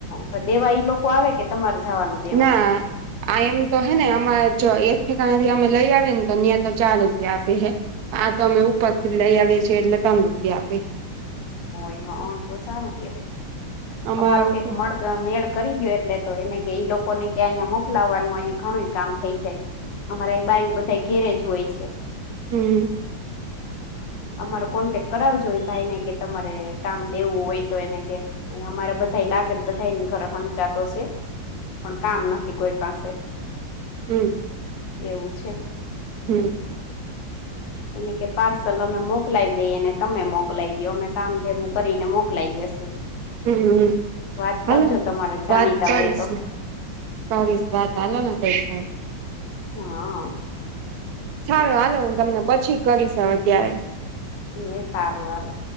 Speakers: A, on the left; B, on the right.
A: તો દેવા ઈ લોકો આવે કે તમારે જવાનું? દેવા
B: ના આ એમ તો હે ને અમારે જો એક ઠેકાણે થી અમે લઈ આવીએ ને તો ન્યા તો ચાર રૂપિયા આપે હે. આ તો અમે ઉપરથી લઈ આવીએ છીએ એટલે તન રૂપિયા આપે.
A: હોય હ તો સારું કેવાય
B: અમારા
A: અમારો
B: ઉપર
A: કેક મળ તો મેળ કરી દયો એટલે તો એને કે ઈ લોકોને કે અહીંયા મોકલાવવાનું અહીયા ઘણું એ કામ થઈ જાય. અમારા એ બાયુ બધા ઘેરે જ હોય છે.
B: હમ
A: અમારો કોન્ટેક્ટ કરાવજો એ ભાઈ ને કે તમારે કામ દેવું હોય તો એને કે અમારે બધા લાગત બધાઈની ઘરે હંચાતો સે પણ કામ નથી કોઈ પાસે.
B: હમ
A: એવું છે.
B: હમ
A: એને કે પાર્સલ અમે મોકલાવી દઈએ ને તમે મોકલાય દો અમે કામ ભેગું કરીને મોકલાય દેસુ.
B: હમ હમ
A: વાત
B: હાલો
A: કરજો તમારા જાણીતા
B: વાત કરીશું.
A: હોય તો
B: <unintelligible> કરીશ વાત હાલો ને કઈ થાય તો
A: હા આ
B: ચલો હાલો હું તમને પાછો કરીશ હવે ત્યારે.
A: શું એ સારું હાલો